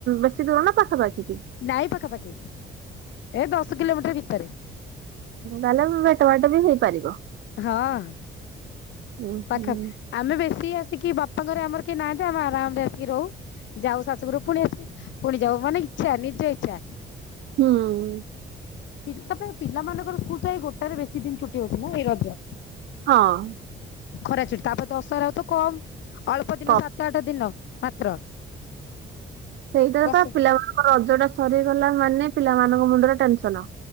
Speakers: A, on the right; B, on the left.
A: ବେଶୀ ଦୂର ନା ପାଖାପାଖି କି?
B: ନାଇଁ ପାଖାପାଖି ଏଇ ଦଶ କିଲୋମିଟର ଭିତରେ।
A: ତାହଲେ ଭେଟ ବାଟ ବି ହେଇପାରିବ।
B: ହଁ।
A: ହୁଁ
B: ପାଖାପ
A: ହୁଁ
B: ଆମେ ବେଶୀ ଆସିକି ବାପାଙ୍କରେ ଆମର କେହି ନାହାନ୍ତି ଆମେ ଆରାମରେ ଆସିକି ରହୁ। ଯାଉ ଶାଶୁଘରୁ ପୁଣି ଆସିବ ପୁଣି ଯାଉ ମାନେ ଇଚ୍ଛା ନିଜ ଇଚ୍ଛା।
A: ହଁ।
B: ପିଳ ତାପରେ ପିଲାମାନଙ୍କର ସ୍କୁଲ ତ ଏଇ ଗୋଟାରେ ବେଶୀ ଦିନ ଛୁଟି ହଉଛି ନା ଏଇ ରଜ।
A: ହଁ।
B: ଖରା ଚୁଟି ତାପରେ ଦଶହରା ଆଉ ତ କମ ଅଳ୍ପ ଦିନ
A: ପ-
B: ସାତ ଆଠ ଦିନ ମାତ୍ର।
A: ସେଇଟା
B: ଦଶ
A: ପା ପିଲାମାନଙ୍କର ରଜ ଟା ସରିଗଲା ମାନେ ପିଲାମାନଙ୍କ ମୁଣ୍ଡରେ ଟେନସନ।